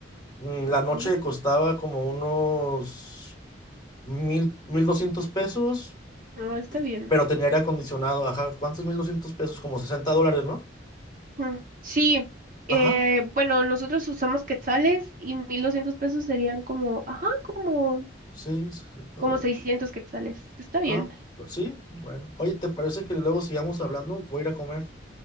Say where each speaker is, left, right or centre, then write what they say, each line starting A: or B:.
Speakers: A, on the left (about 20°); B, on the right (about 45°).
A: mm, la noche
B: ajá.
A: costaba como unos mil, mil doscientos pesos,
B: No, está
A: y-
B: bien.
A: pero tenía aire acondicionado, ajá. ¿Cuántos mil doscientos pesos? Como 60 dólares, ¿no?
B: Mm, Sí,
A: Ajá,
B: eh, bueno, nosotros usamos quetzales y 1200 pesos serían como, ajá, como,
A: sí, 60
B: como
A: dólares.
B: seiscientos quetzales. Está bien.
A: Ah, pues sí, bueno. Oye, ¿te parece que luego sigamos hablando? Voy a ir a comer.